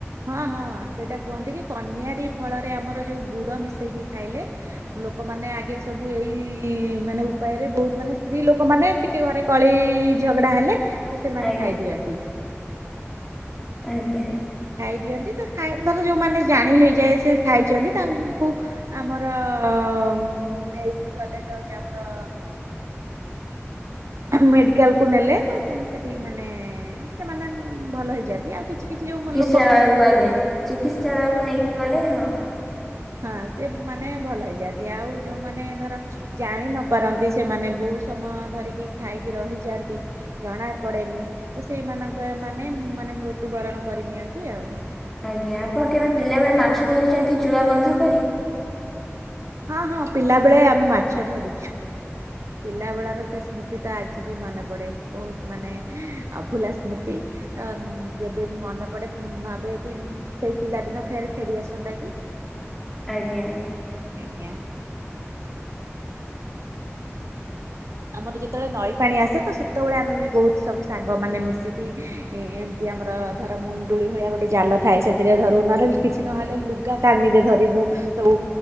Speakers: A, on the right; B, in the centre.
A: ହଁ ହଁ ସେଇଟା କୁହନ୍ତି କି, କନିଆରି ଫଳରେ ଆମର ଯୋଉ ଗୁଡ ମିଶେଇକି ଖାଇଲେ ଲୋକମାନେ ଆଗେ ସବୁ ଏଇ ମାନେ ଉପାୟରେ ବହୁତ ମାନେ ସ୍ତ୍ରୀ ଲୋକମାନେ ଏମିତି ତ ଘରେ କଳି ଝଗଡା ହେଲେ ତ ସେମାନେ
B: ଆଜ୍ଞା
A: ଖାଇଦିଅନ୍ତି।
B: ଆଜ୍ଞା।
A: ଖାଇ ଦିଅନ୍ତି, ତ ଖାଇ ଧର ଯୋଉମାନେ ଜାଣି ହଇଯାଏ ସେ ଖାଇଛନ୍ତି ତାଙ୍କୁ ଆମର ନେଇକି ଗଲେ ତ କି ଆମର ମେଡିକାଲ କୁ ନେଲେ ତ ସେମତି ଟି ମାନେ ଏ ସେମାନେ ଭଲ ହେଇଯାଆନ୍ତି ଆଉ କିଛି କିଛି ଯୋଉ ମ ଲୋ
B: ତ୍ସାଳୟ କୁ ଆଜ୍ଞା ଚିକିତ୍ସାଳୟ କୁ ନେଇକି ଗଲେ ହଁ।
A: ହଁ ସେ ମାନେ ଭଲ ହେଇଯାଆନ୍ତି ଆଉ ଯୋଉମାନେ ଧର ଜାଣି ନ ପାରନ୍ତି, ସେମାନେ ବହୁତ ସମୟ ଧରିକି ଖାଇକି ରହିଯାଆନ୍ତି। ଜଣା ପଡେନି ତ ସେଇମାନଙ୍କ ମାନେ ମାନେ ମୃତ୍ୟୁବରଣ କରି ନିିଅନ୍ତି ଆଉ।
B: ଆଜ୍ଞା ଆପଣ କେବେ ପିଲା ବେଳେ ମାଛ ଧରିଛନ୍ତି ଚୁଆ ବନ୍ଧ କରି।
A: ହଁ ହଁ ପିଲା ବେଳେ ଆମେ ମାଛ ଧରିଚ ପିଲା ବେଳର ସେ ସ୍ମୃତି ତ ଆଜି ବି ମନେ ପଡେ ବହୁତ ମାନେ ଅଭୁଲା ସ୍ମୃତି। ତ ଉମ ଯେବେ ବି ମନେ ପଡେ ଉମ ଭାବେ କି ସେଇ ପିଲାଦିନ ଫେରେ ଫେରିଆସନ୍ତା କି।
B: ଆଜ୍ଞା।
A: ଆଜ୍ଞା। ଆମର ଯେତେବେଳେ ନଈ ପାଣି ଆସେ ତ, ସେତେବେଳେ ଆମେ ବି ବହୁତ ସବୁ ସାଙ୍ଗମାନେ ମିଶିକି ଏମିତି ଆମର ଧର ମୁଣ୍ଡୁଳି ଭଳିଆ ଗୋଟେ ଜାଲ ଥାଏ। ସେଥିରେ ଧରୁ ନହେଲେ କି କିଛି ନହେଲେ ଲୁଗା କାନିରେ ଧରିବୁ ସବୁ